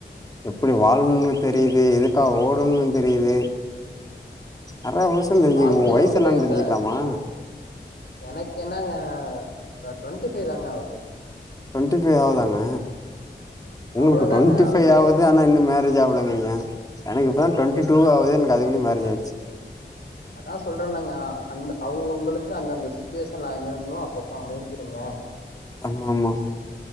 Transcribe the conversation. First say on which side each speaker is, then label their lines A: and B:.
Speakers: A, on the left (about 20°); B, on the left (about 65°).
A: எப்டி வாழணுன்னு தெரியிது எதுக்காக ஓடணுன்னு தெரியிது நெற்ய விஷ்யம் தெரிஞ்சிகிது
B: வாழ்க்கையில
A: உங்க வயசு
B: வந்துட்டு
A: என்னன்னு
B: அந்த
A: தெரிஞ்சுக்கலாமா
B: எனக்கு என்னாங்க ட்வெண்ட்டி ஃபைவ் தாங்க ஆவுது
A: ட்வெண்ட்டி ஃபைவ் ஆவுதாங்க உங்ளுக்கு
B: அவ்வளவுதாங்க
A: ட்வெண்ட்டி ஃபைவ்
B: ரொம்ப
A: ஆவுது ஆனா இன்னு மேரேஜ் ஆவலங்கிறீங்க எனக்கு இப்பதா ட்வெண்டி டூவு‌ ஆவுது எனக்கு அதுகுலே மேரேஜ் ஆயிச்சு
B: அதா சொல்றல்லங்க அந்த அவங்கவுங்களுக்கு அந்த அந்த சுட்டுவேஷன்ல <unintelligible> அப்பப்போ அமைஞ்சிடுங்க
A: ஆமா ஆமா